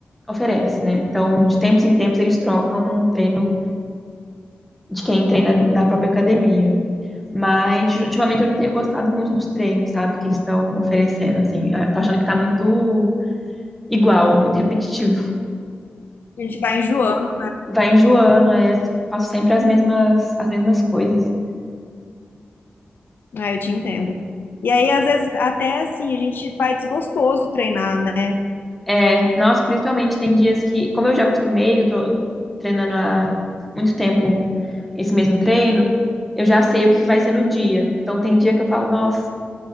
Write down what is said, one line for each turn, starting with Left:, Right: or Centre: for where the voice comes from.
Centre: oferece, né? Então, de tempos em tempos eles trocam um treino de quem treina na própria academia. Mas ultimamente eu não tenho gostado muito dos treinos, sabe? Que eles estão oferecendo, assim. Eu Tô achando que tá muito igual, muito repetitivo.
Left: A gente vai enjoando,
Centre: Vai enjoando, é, faço sempre as mesmas, as mesmas coisas.
Left: né? Eu te entendo. E aí, às vezes, até assim, a gente vai desgostoso treinar, né?
Centre: É, nossa, principalmente tem dias que, como eu já acostumei, eu tô treinando há muito tempo esse mesmo treino, eu já sei o que que vai ser no dia. Então tem dia que eu falo, nossa,